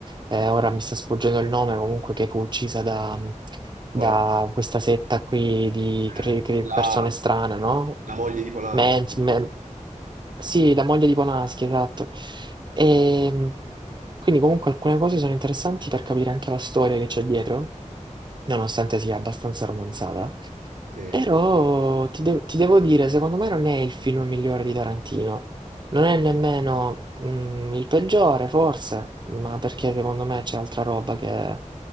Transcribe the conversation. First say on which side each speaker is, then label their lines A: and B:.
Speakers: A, on the right; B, on the right.
A: eh, ora mi sta sfuggendo il nome, comunque che fu uccisa da, da
B: Pola-
A: questa setta qui di
B: eh,
A: cre- cre-
B: la,
A: persone strane, no?
B: la moglie di Polanski,
A: Mans, men- sì, la moglie di Polanski, esatto. E, quindi comunque alcune cose sono interessanti per capire anche la storia che c'è dietro, nonostante sia abbastanza romanzata.
B: sì.
A: Però ti de ti devo dire, secondo me non è il film migliore di Tarantino, non è nemmeno, mhmm, il peggiore forse, ma perché secondo me c'è altra roba che